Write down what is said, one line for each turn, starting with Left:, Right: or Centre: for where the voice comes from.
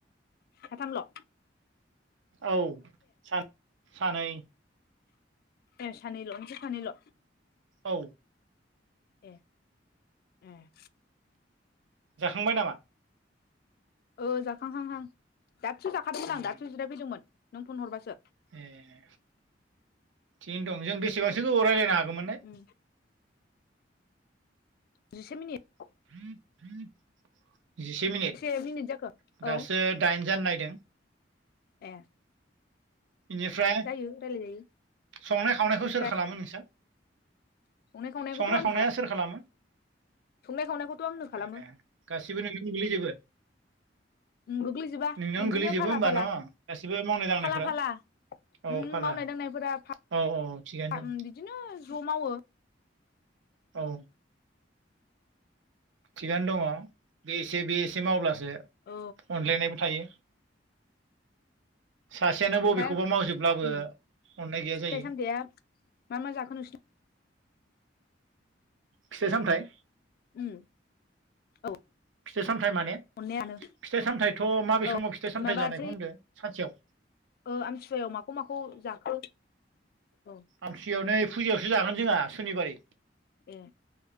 Left: साथाम ल
Right: औ सा सानै
Left: ए सानैल' नोंसोर सानैल?
Right: औ।
Left: ए उम।
Right: जाखांबाय नामा?
Left: ओ जाखांहांहां दासो जाखादोंमोन
Right: उम
Left: आं दासो जिराय फैदोंमोन। नों फन हरबासो
Right: ए थिगैनो दं जों बेसेबांसो गोबाव रायलायनो हागौमोनलाय?
Left: उम जिसे मिनिट।
Right: <inaudible> जिसे मिनिट
Left: बेसे जाखो औ
Right: दासो दाइनजानो नायदों
Left: ए
Right: बेनिफ्राय
Left: जायो रायलायजायो
Right: संनाय खावनायखौ
Left: बेनिफ्राय
Right: सोर खालामो नोंसा
Left: संनाय खावनायखौथ'
Right: संनाय
Left: आं
Right: खावनाया सोर खालामो
Left: संनाय खावनायखौथ' आंनो खालामो
Right: ए गाससिबो नों गोग्लैजोबो
Left: गोग्लैजोबा
Right: नोंनावनो
Left: बिदिनो
Right: गोलैजोबो
Left: फाला
Right: होमबा
Left: फाला
Right: न गासिबो मावनाय दांनायफोरा
Left: फाला फाला फा
Right: औ
Left: उम
Right: फाला
Left: मावनाय दांनायफोरा फा
Right: औ औ थिगानो दं
Left: बिदिनो ज मावो
Right: औ थिगानो दङ बे एसे बे एसे मावब्लासो अनज्लायनायबो
Left: औ
Right: थायो सासेयानो
Left: ओमफ्राय
Right: बबेखौबा मावजोबब्लाबो
Left: उम
Right: अननाय गैया
Left: फिथाइ
Right: जायो
Left: सामथाइया मा मा जाखोन नोंसिना
Right: फिथाइ सामथायाइ
Left: उम औ
Right: फिथाइ सामथायाइ माने फिथाइ
Left: अननायानो
Right: सामथायाइथ' माबे
Left: औ
Right: समाव फिथाइ सामथायाइ
Left: माबासै
Right: जानायखौ होनदों सानसेयाव
Left: ओ आमथि सिुवायाव माखौ माखौ जाखो? औ
Right: आमथिसुयाव नै फुजायावसो जागोन जोंहा सुनिबारै।
Left: ए